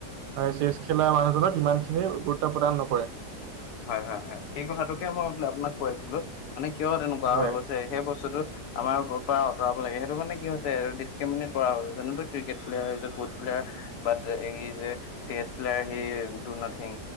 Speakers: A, on the right; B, on the left.
A: চেছ খেলা মানুহজনক ইমান খিনি গুৰুত্ব প্ৰদান নকৰে।
B: হয় হয় হয়। সেই কথাটোকে মই আপোনাক কৈ আছিলো। মানে কিয় তেনেকোৱা
A: হয়
B: হৈ গৈছে সেই বস্তুটো আমাৰ পৰা আঁতৰাব লাগে, সেইটো মানে কি হৈছেটো ডিছক্ৰমিনেট কৰা হয় গৈছে। Cricket player is a good player. But এই যে চেছ প্লেয়াৰ ঐ ই যে ডু নাথিং